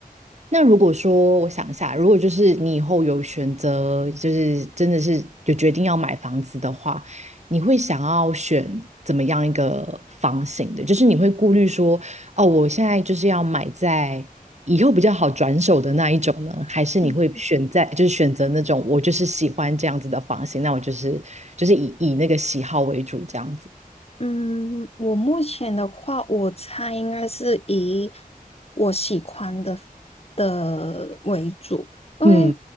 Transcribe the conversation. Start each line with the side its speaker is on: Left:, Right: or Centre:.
Right: 那如果说我想一下，如果就是你以后有选择，就是真的是有决定要买房子的话，你会想要选怎么样一个房型的？就是你会顾虑说，哦，我现在就是要买在以后比较好转手的那一种呢，还是你会选在就是选择那种我就是喜欢这样子的房型，
Left: 嗯。
Right: 那我就是就是以以那个喜好为主这样子，
Left: 嗯，我目前的话，我猜应该是以我喜欢的的为主，因为
Right: 嗯。